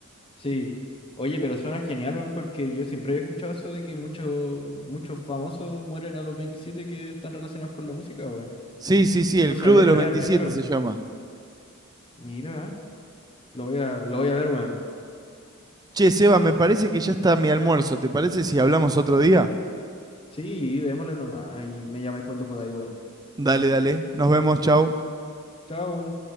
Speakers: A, on the left; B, on the right.
A: Sí. Oye, pero suena genial, weón, porque yo siempre había escuchado eso de que muchos muchos famosos mueren a los 27 que están relacionados con la música, weón.
B: Sí, sí, sí, el
A: No sabía
B: Club de
A: que
B: los
A: era
B: 27
A: el primero.
B: se llama.
A: Mira, lo voy a, lo voy a ver, weón.
B: Che, Seba, me parece que ya está mi almuerzo. ¿Te parece si hablamos otro día?
A: Sí, démosle nomás y me llamáis cuando podáis, weón.
B: Dale, dale. Nos vemos, chau.
A: Chao.